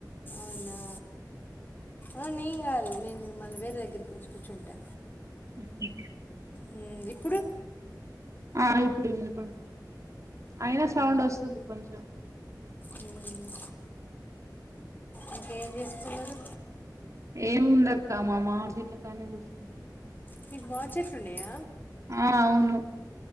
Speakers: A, on the left; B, on the right.
A: అవునా ఆ నేన్ కాదు నేను మళ్ళ వేరే దగ్గరికి వచ్చి కూర్చుంటా
B: ఉమ్ హు
A: ఉమ్ ఇప్పుడు
B: ఆ ఇప్పుడు వినపడుతుంది అయినా సౌండ్ వస్తుంది కొంచెం
A: ఉమ్ ఇంకేం చేస్తున్నారు
B: ఎముందక్కా మా మామిడి చెట్ల కాడ్నే గుచున్న
A: మీక్ మామిడ్చేట్లున్నాయ?
B: ఆ అవును